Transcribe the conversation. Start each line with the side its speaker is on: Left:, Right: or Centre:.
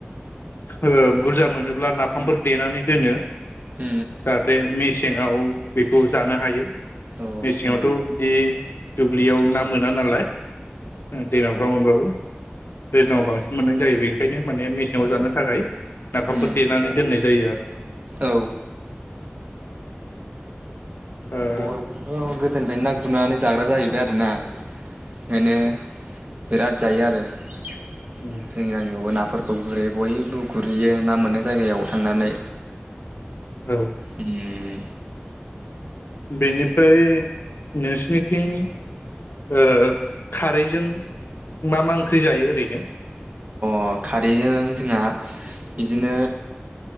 Left: ओ बुरजा मोनोब्ला नाफामफोर देनानै दोनो। जाहाथे
Right: उम
Left: मेसेंङाव बेखौ जानो हायो
Right: औ
Left: मेसेङावथ'
Right: उम
Left: बिदि दुब्लियाव ना मोना नालाय। उम दैमाफ्राव मोनबाबो। दैज्लाङाव बांसिन मोननाय जायो बेनिखायनो माने मेस सेङाव जानो थाखाय नाफामफोर
Right: उम
Left: देनानै दोननाय जायो
Right: औ
Left: आरो
Right: बर'फोराथ' गोदोनिफ्रायनो ना गुरनानै जाग्रा जाहैबाय आरोना ओंखायनो बिराद जायो आरो जोंनि
Left: ओ
Right: गामियावबो ना फोरखौ गुरैयो बयबो गुरहैयो ना मोनो जायगायाव थांनानै
Left: औ
Right: उम
Left: बेनिफ्राय नोंसिनिथिं ओ खारैजों मा मा ओंख्रि जायो ओरैनो
Right: अ खारैजों जोंहा बिदिनो